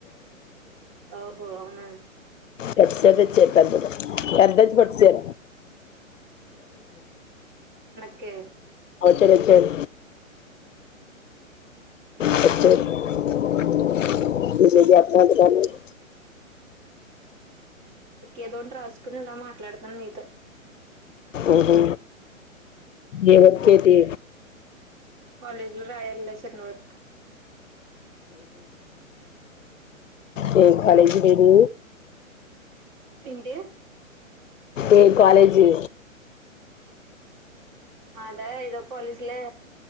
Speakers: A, on the right (about 35°); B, on the left (about 65°).
A: ఓహో అవునా
B: <unintelligible> తెచ్చాడు పెద్దది పెద్దది పట్టుచీర
A: ఓకే
B: వొచ్చాడు ఒచ్చాడు వచ్చాడు <inaudible> <unintelligible>
A: ఏదోటి రాసుకుని అన్నా మాట్లాడుతాను మీతో
B: ఓహో ఏ వర్క్ అయితే
A: కాలజ్ లో రాయాలి లెసన్ వర్క్
B: మ్మ్ కాలేజ్ <inaudible>
A: ఏంటి
B: ఏ కాలేజ్ జి
A: అదా ఏదో కాలేజీలే